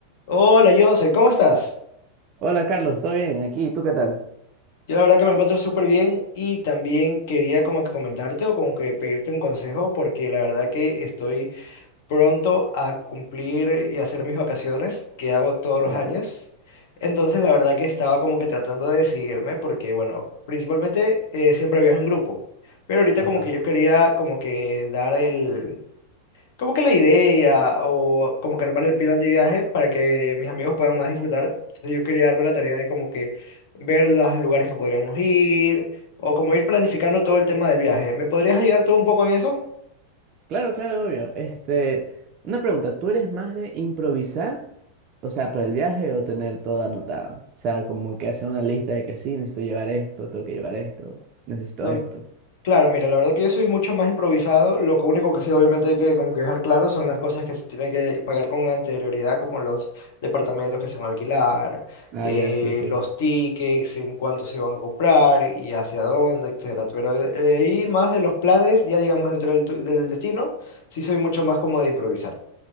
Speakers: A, on the left; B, on the right.
A: Hola, Jose, ¿cómo estás?
B: Hola Carlos, ¿todo bien? Aquí, ¿tú qué tal?
A: Yo la verdad que me encuentro súper bien y también quería como que comentarte o como que pedirte un consejo porque la verdad que estoy pronto a cumplir y hacer mis vacaciones que hago todos los
B: ¿Ya?
A: años. Entonces la verdad que estaba como que tratando de decidirme porque bueno, principalmente eh, siempre viajo en grupo, pero ahorita
B: Ajá.
A: como que yo quería como que dar el como que la idea o como que armar el plan de viaje para que mis amigos puedan más disfrutar. Entonces yo quería darme la tarea de como que ver los lugares que podríamos ir o como ir planificando todo el tema del viaje. ¿Me podrías ayudar tú un poco en eso?
B: Claro, claro, obvio. Este, una pregunta, ¿tú eres más de improvisar, o sea, para el viaje o tener todo anotado? O sea, como que hacer una lista de que sí, necesito llevar esto, tengo que llevar esto, necesito
A: No-
B: esto.
A: Claro, mira, la verdad que yo soy mucho más improvisado. Lo que único que sí, obviamente, hay que como que dejar claro son las cosas que se tienen que pagar con anterioridad, como los departamentos que se van a alquilar,
B: Ah,
A: eh,
B: ya, sí, sí.
A: los tickets, en cuánto se van a comprar y hacia dónde, etcétera. Pero eh, ahí más de los planes, ya digamos dentro del, tu- del destino, sí soy mucho más como de improvisar.